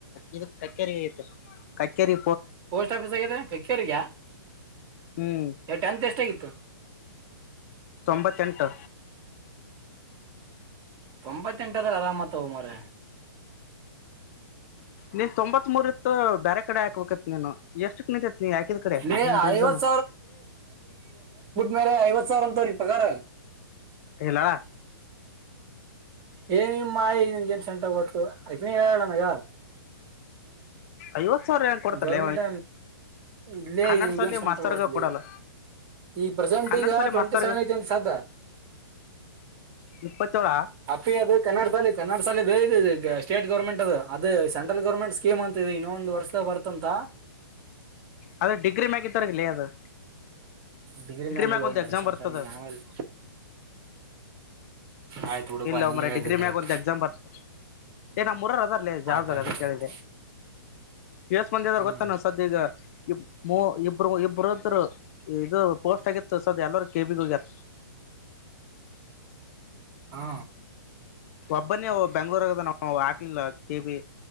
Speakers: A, on the left (about 40°); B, on the right (about 30°).
A: ಇದು ಕಕ್ಕರಿಗ ಐತೆ ಕಕ್ಕೇರಿ
B: ಪೋಸ್ಟ್ ಆಫೀಸ್ ಆಗಿದೆ ಕಕ್ಕೇರಿಗ
A: ಹ್ಮ್
B: ಟೆಂತ್ ಎಷ್ಟ ಅಗಿ ಎಷ್ಟಾಗಿತ್ತು
A: ತೊಂಬತ್ತೆಂಟು
B: ತೊಂಬತ್ತೆಂಟಾದ್ರ ಅರಾಮತ್ವ ಮರಯ್ಯ
A: ನಿನ್ ತೊಂಬತ್ತ್ ಮೂರ್ ಇತ್ತು ಬೇರೆ ಕಡೆ ಹಾಕ್ಬೇಕತಿ ನೀನು ಎಷ್ಟು ನಿಂತತೈತ್ ನೀ ಯಾಕಿದ್ ಕಡೆ
B: ಲೇ
A: ನಿಮ ರೀಸನ್
B: ಐವತ್ ಮೇಲೆ ಐವತ್ ಸಾವಿರ ಅಂತವ್ರೀ ಪಗರ
A: ಹಲ್ಲಳ
B: ಏ ನಿಮ್ ಮಾಯಿ ನಿಮ ಜನ್ ಸಂಟ ಗೊತ್ತು ಅಕನೆ ಹೇಳಳ ನನಗ
A: ಐವತ್ ಸಾವಿರ ಏನ್ ಕೊಡ್ತಾರಲ
B: ಗೌರ್ಮೆಂಟ್ ಇಲ್ಲೇ
A: ಕನ್ನಡ ಸಾಲಿ
B: ಸೆಂಟರ್
A: ಮಾಸ್ತರ್ಗ ಕೊಡಲ್ಲ
B: ಈ ಪ್ರೆಸೆಂಟ್
A: ಕನ್ನಡ
B: ಈಗ
A: ಸಾಲಿ
B: ಟ್ವೆಂಟಿ
A: ಮಾಸ್ತರ್ಗ
B: ಸೆವೆನ್ ಐತಿಂತ ಸ್ದದ್ದ
A: ಇಪ್ಪತ್ತೇಳ
B: ಅಪ್ಪಿ ಕನ್ನಡ ಶಾಲೆ ಕನ್ನಡ ಶಾಲೆ ಸ್ಟೇಟ್ ಗರ್ಮೆಟ್ ಅದು ಸಂಟ್ರಲ್ ಗೌರ್ಮೆಟ್ ಸ್ಕೀಮ್ ಅಂತ ಇನ್ನೊ ಒಂದು ವರ್ಷ ಬರ್ತಂತ
A: ಅದೇ ಡಿಗ್ರಿ ಮಗಿತ್ತಾರಲಿ ಅದು
B: ಡಿಗ್ರಿ ಮೇಲ್ಲ
A: ಮ್ಯಾಗ
B: ಲ್
A: ಒಂದ್
B: ಮಾರಾಯ
A: ಎಕ್ಸಾಮ್
B: ಅಂತ
A: ಬರ್ತದ
B: ಆಮೇಲೆ ಆಯ್ತು ಬಿಡಪಾ
A: ಇಲ್ಲ
B: ನೀ
A: ಒ ಮ್ರ
B: ಹೇಳ್ದೆ
A: ಡಿಗ್ರಿ
B: ಕರೆಕ್ಟ್
A: ಮ್ಯಾಗ ಒಂತ ಎಕ್ಸಾಮ್ ಬರ್ತ ಏ ನಮ್ಮ್ಊರರ್ ಅದ ಅಲ್ಲಿ ಜವಾಬ್ದಾರೀ
B: ಆಯ್ತಾಯ್ತು
A: ಅದ ಕೇಳಿದೆೆ
B: ಆಯ್ತು
A: ಎಸ ಮಂದಿ ಅದರು
B: ಹ್ಮ್
A: ಗೊತ್ತಾನ ಸದ್ಯ ಈಗ ಇ ಮೂ ಇಬ್ರು ಇಬ್ರದ ಇದು ಪೋಸ್ಟ್ ಆಗಿತ್ತು ಸದ್ ಎಲ್ಲರ ಕೆ ಪಿ ಗ ಹೋಗ್ಯರ.
B: ಹಾ
A: ಒಬ್ಬನ ಬೆಂಗ್ಳೂರ ನ ಆಟ್ಲ್ಲ ಕೇಬಿ